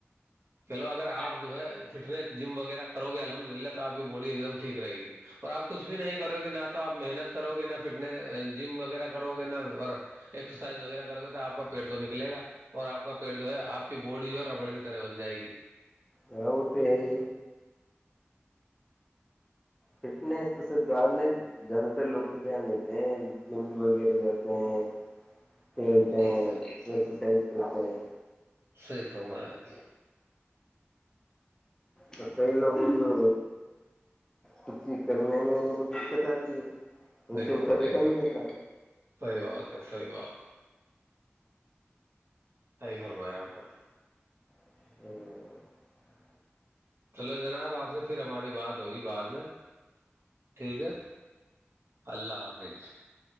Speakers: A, on the right; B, on the left.
A: چلو اگر
B: مطلب ہے جم وغیرہ کرو گے الحمد للہ تو کی باڈی ایک دم ٹھیک رہے گی
A: آپ جو ہے فٹنیس جم وغیرہ کرو گے الحمد للہ تو آپ کی باڈی ایک دم ٹھیک رہے گی اور آپ کچھ بھی نہیں کرو گے نہ تو آپ محنت کرو گے نہ فٹس جم وغیرہ کرو گے نہا اور ایکسرسائز وغیرہ کرو گے تو آپ کا پیٹ تو نکلے گا اور آپ کا پیٹ جو ہےپ کی بورڈی جو ہے ربڑ کی طرح بن جائے گی
B: وہ وہ تو ہےی فٹنیس تور ب زیادہ تر لوگ کو دھیان دیتے ہیں جم وغیرہ جاتے ہیں کھیلتے
A: جی
B: ہیں
A: سر
B: ایکسرسائز کرتے ہیں
A: صحیح فرمایاپ نے
B: تو کئی لوگوں جو ک چی کرنے میں ان کو دقت آتی ہے ان
A: بے
B: سے اٹھا
A: شک
B: بیٹھا
A: بے شک
B: نہیں جاتتا
A: صحیح بات ہے صحیح بات ہے آائی فرمایا آپ نے
B: ہوں
A: چلو جناب آپ سے پھر ہماری بات ہوگی بعد میں ٹھیک ہے اللہ حافظ